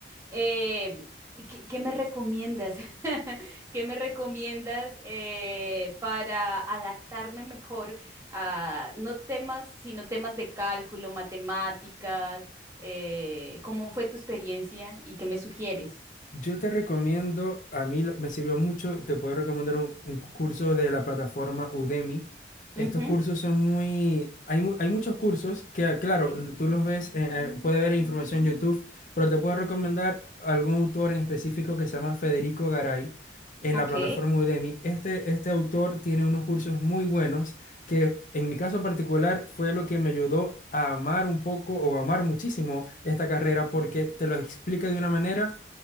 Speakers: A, on the right; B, on the left.
A: eh, ¿qué, qué me recomiendas? <laughs> ¿Qué me recomiendas eh, para adaptarme mejor a no temas, sino temas de cálculo, matemáticas? eh, ¿cómo fue tu experiencia y qué me sugieres?
B: Yo te recomiendo, a mí lo- me sirvió mucho y te puedo recomendar un, un curso de la plataforma Udemy. Estos
A: Ujú,
B: cursos son muy... Hay, mu- hay muchos cursos que, claro,
A: Sí.
B: n- tú los ves, eh, eh, puede ver información en YouTube, pero te puedo recomendar algún autor en específico que se llama Federico Garay en
A: Ok.
B: la plataforma Udemy. Este, este autor tiene unos cursos muy buenos que en mi caso particular fue lo que me ayudó a amar un poco o amar muchísimo esta carrera porque te lo explica de una manera